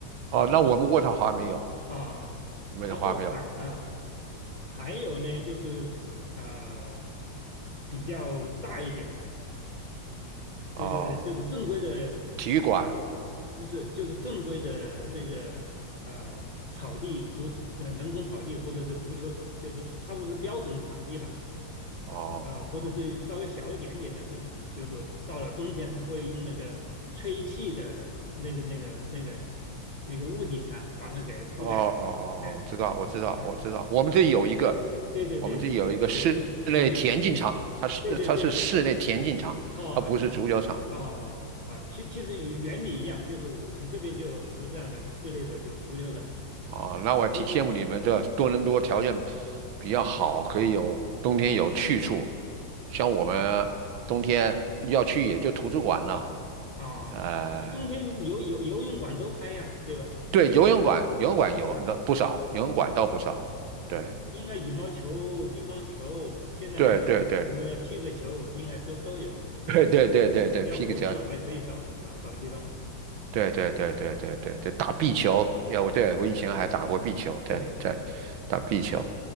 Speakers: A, on the right; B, on the left.
A: 哦，那我们渥太华没有。
B: 啊。
A: 没得花没有嗯
B: 然后还啊、还有呢，就是呃比较大一点的，这个就是正规的，
A: 哦，体育馆，
B: 呃这不是就是正规的那个呃草地足呃人工草地或者是足球，就是差不多是标准场地吧，
A: 哦，
B: 呃或者是稍微小一点点的那种，就是说到了冬天，它会用那个吹气的那个那个那个那个屋顶呢、把它给覆盖起来，
A: 哦哦哦，
B: 哎
A: 哦我知道，我知道，
B: 嗯嗯。
A: 我知道，
B: 哎
A: 我们这里有一个，
B: 对对对对对对，
A: 我们这里有一个室内田径场，
B: 肯肯定有，肯定，
A: 它是它是室内田径场，
B: 对对对对，哦，
A: 它不是足球场
B: 是啊啊，其其实原原理一样，就是我们这边就有很多这样的室内的就足球场，
A: 啊，
B: 嗯所以
A: 那我挺羡慕你们这多伦多条件比较好，可以有冬天有去处，像我们冬天要去也就图书馆了，
B: 啊，
A: 呃，
B: 那冬天游游游泳馆都开呀，
A: 对
B: 对吧？
A: 对，游泳馆游泳馆有那不少，
B: 嗯
A: 游泳馆倒不少，
B: 嗯，
A: 对。
B: 应该羽毛球、乒乓球，现在还流行的什么叫皮克球，
A: 对对对，
B: 应该都都有，
A: <laughs>
B: 就是
A: 对对对对对，
B: 啊，要活动的还可以找找找地方活动，
A: 皮克球，对对对对对对对，打壁球，要我对我以前还打过壁球，在在打壁球。
B: 对对。